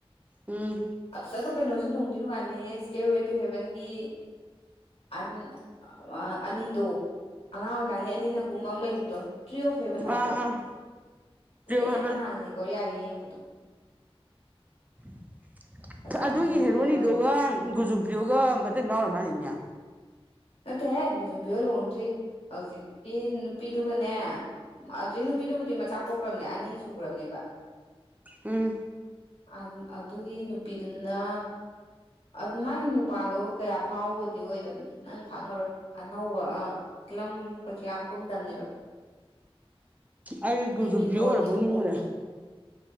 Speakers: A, on the right; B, on the left.
A: ꯎꯝ
B: ꯑꯁ ꯑꯗꯣ ꯀꯩꯅꯣꯁꯨ ꯅꯨꯡꯗꯤ ꯅꯨꯡꯉꯥꯏꯕꯅꯦꯍꯦ ꯁ꯭ꯇꯦꯌꯔꯋꯦ ꯇꯨ ꯍꯦꯚꯦꯟꯒꯤ ꯑꯟ ꯑ ꯑꯅꯤꯗꯣ ꯑꯉꯥꯡ ꯑꯣꯏꯀꯥꯟꯒꯤ ꯑꯅꯤꯅ ꯀꯨꯝꯕ ꯑꯃ ꯂꯩꯒꯤꯕꯗꯣ ꯇ꯭ꯔꯤ ꯑꯣꯐ ꯐꯦꯕꯟ ꯍꯥꯏꯕ꯭ꯔꯣ
A: ꯑꯥ ꯑꯥ
B: ꯑꯗꯨꯅ
A: ꯇꯨꯌꯦꯜꯞ
B: ꯏꯍꯥꯟ
A: ꯍꯥꯏꯕ
B: ꯍꯥꯟꯕꯅꯦ ꯀꯣꯔꯤꯌꯥꯒꯤ ꯌꯦꯡꯕꯗꯣ
A: <unintelligible>
B: ꯐꯖꯕꯅꯦꯍꯦ
A: ꯑꯗꯨꯒꯤ
B: ꯑꯗꯨ
A: ꯍꯦꯔꯣꯅꯤꯗꯨꯒ
B: ꯍꯦꯔꯣꯗꯣ
A: ꯒꯨꯖꯨꯝꯄꯤꯌꯣꯒ ꯃꯇꯩ ꯃꯅꯥꯎ ꯑꯣꯏꯔ ꯃꯥꯜꯂꯤꯅꯦ
B: ꯅꯠꯇꯦꯍꯦ ꯒꯨꯖꯨꯝꯄꯤꯌꯣ ꯂꯨꯍꯣꯡꯗ꯭ꯔꯤ ꯑꯧꯖꯤꯛꯀꯤ ꯅꯨꯄꯤꯗꯨꯒꯅꯦ ꯑꯗꯨꯏ ꯅꯨꯄꯤꯗꯨꯕꯨꯗꯤ ꯃꯆꯥ ꯄꯣꯛꯈ꯭ꯔꯝꯅꯦ ꯑꯅꯤ ꯁꯨꯒ꯭ꯔꯕꯅꯦꯕ
A: ꯎꯝ
B: ꯑꯟ ꯑꯗꯨꯒꯤ ꯅꯨꯄꯤꯗꯨꯅ ꯑ ꯃꯥꯒꯤ ꯅꯨꯄꯥꯗꯣ ꯀꯌꯥ ꯐꯥꯎꯕꯗꯤ ꯑꯣꯏꯗꯕꯅꯦ ꯅꯪ ꯈꯪꯉꯔꯣꯏ ꯑꯅꯧꯕ ꯑ ꯀ꯭ꯂꯤꯑꯝ ꯀꯩꯁꯨ ꯌꯥꯝ ꯀꯨꯝꯗꯕꯅꯦꯕ
A: ꯑꯩ ꯒꯨꯖꯨꯝꯄꯤꯌꯣ
B: ꯂꯤꯃꯤꯟꯍꯣꯗꯤ
A: ꯑꯣꯏꯔꯕꯣꯏ
B: ꯂꯨꯍꯣꯡꯗ꯭ꯔꯤ
A: ꯅꯤꯡꯉꯨꯔꯦ